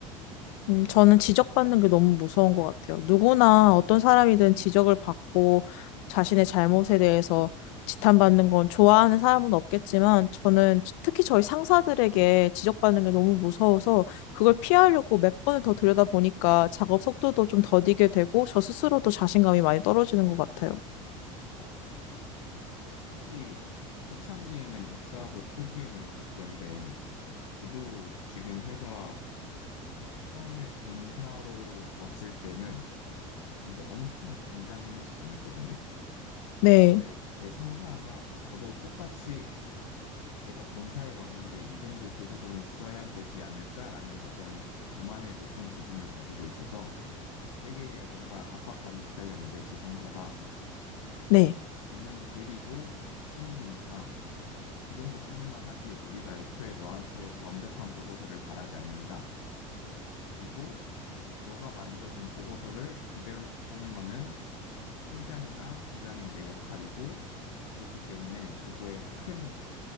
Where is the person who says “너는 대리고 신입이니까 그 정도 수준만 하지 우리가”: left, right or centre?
Left